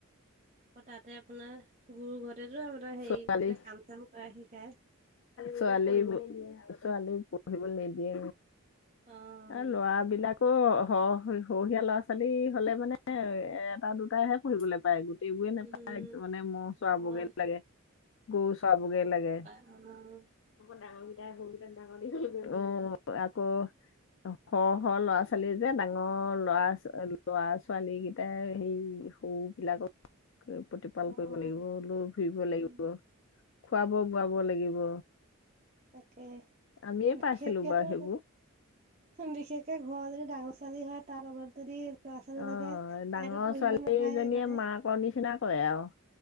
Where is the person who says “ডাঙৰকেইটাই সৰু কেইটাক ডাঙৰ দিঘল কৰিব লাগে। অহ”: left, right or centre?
Left